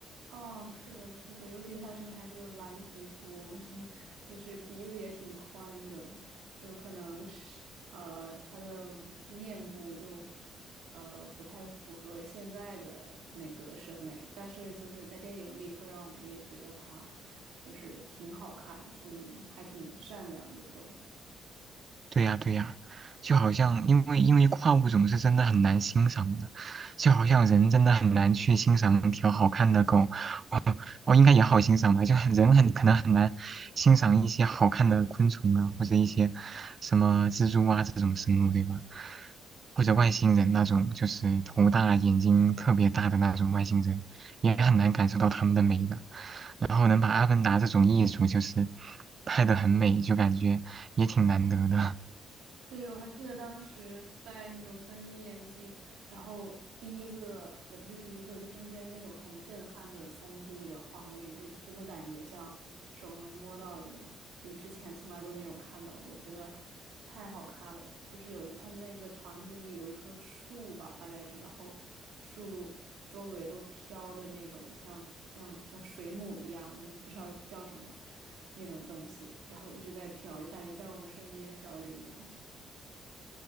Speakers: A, on the right; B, on the right.
A: 哦，是的，是的，尤其是他是还是蓝皮肤，什么就是鼻子也挺宽的，就可能是呃他的面部就呃不太符合现在的那个审美，但是就是在电影里会让我们也觉得他就是挺好看，挺还挺善良的都。
B: 对呀，对呀，就好像因为因为跨物种是真的很难欣赏的，就好像人真的很难去欣赏一条好看的狗，哦，应该也好欣赏吧，就很人很可能很难欣赏一些好看的昆虫啊，或者一些什么蜘蛛啊这种生物，对吧？或者外星人那种，就是头大眼睛特别大的那种外星人，也很难感受到他们的美的。然后能把《阿凡达》这种艺术就是拍的很美，就感觉也挺难得的。
A: 对，我还记得当时戴那种 3D 眼镜，然后第一个也不是第一个，就中间那种很震撼的 3D 的画面，就真的感觉像手能摸到一样，就之前从来都没有看到过，觉得太好看了。就是有一，它那个场景里有一棵树吧，大概是，然后树周围都飘着那种像像像水母一样，就是不知道叫什么那种东西，然后一直在飘，就感觉在我们身边飘着一样。